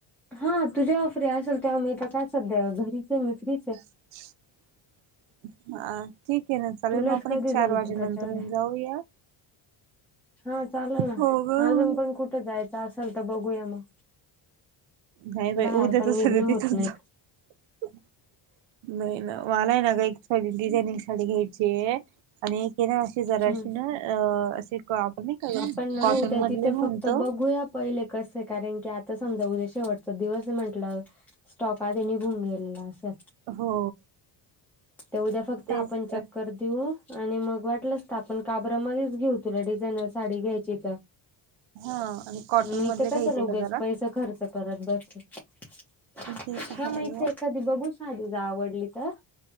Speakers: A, in the centre; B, on the right.
A: हा तू जेव्हा फ्री असेल, तेव्हा मी तर काय सध्या घरीचे मी फ्रीचे,
B: <inaudible> हा ठीक आहे ना चालेल
A: तुलाच
B: मग, आपण
A: कधी
B: एक चार
A: जमतं
B: वाजे
A: त्याच्यावर
B: नंतर
A: आहे.
B: जाऊया.
A: हा चाल ना,
B: हो ग
A: अजून पण कुठे <unintelligible> जायचं असेल तर बघूया मग,
B: नाही बाई
A: बाहेर
B: उद्या
A: पण
B: तसंतेथे
A: निघणं होत
B: च
A: नाही
B: जाऊ, नाही ना मला आहे ना ग, एक डिझाइनिंग साडी घ्यायची, आणि आणि ना अशी जराशी
A: हम्म
B: ना अ असे, आपण नाही का
A: आपण ना
B: कॉटन
A: उद्या
B: मधले
A: तिथं फक्त
B: म्हणतो.
A: बघूया पहिले कसे आहे, कारण की आता समजा उद्या शेवटचा दिवस म्हंटलं. स्टॉक आधी निघून गेलेला असे.
B: हो
A: ते उद्या फक्त,
B: तेच
A: आपण
B: तर
A: चक्कर देऊ. आणि मग वाटलंस तर, आपण काबरामध्येच घेऊ, तुला डिझाईन साडी घ्यायची तर.
B: हा आणि कॉटन
A: मी
B: मधले
A: तर
B: घ्यायचे
A: कसाशा, उगीच
B: का जरा
A: पैसा खर्च करत बसते, ह
B: ते तर आहे
A: मग हिते
B: हो
A: एखादी बघू साडी जर, आवडली तर.